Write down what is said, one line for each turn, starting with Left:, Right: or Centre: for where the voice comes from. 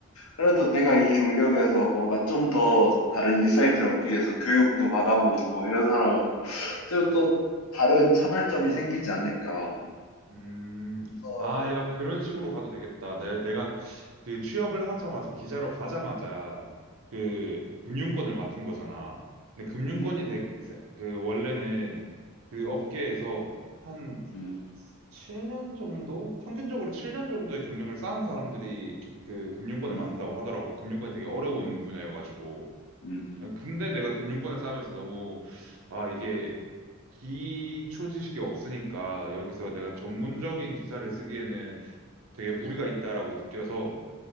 Left: 그래도 내가 이 경력에서 뭔가 좀 더 다른 인사이트를 얻기 위해서 교육도 받아보고 뭐 이런 사람하고 그리고 또 다른 차별점이 생기지 않을까.
Right: 음.
Left: 그래서
Right: 아, 야, 그런 식으로 가도 되겠다. 내, 내가 그 취업을 하자마자, 기자로 가자마자 그 금융권을 맡은 거잖아. 근데 금융권이
Left: 음,
Right: 되게, 세- 그 원래는 그 업계에서 한
Left: 음,
Right: 7년 정도? 평균적으로 7년 정도의 경력을 쌓은 사람들이 그, 그 금융권을
Left: 음,
Right: 맡는다고 하더라고. 금융권이 되게 어려운
Left: 음,
Right: 분야여가지고.
Left: 음,
Right: 아, 근데 내가 금융권을 쌓으면서 너무 아 이게 기초 지식이 없으니까 여기서 내가 전문적인
Left: 음,
Right: 기사를 쓰기에는 되게 무리가 있다라고 느껴서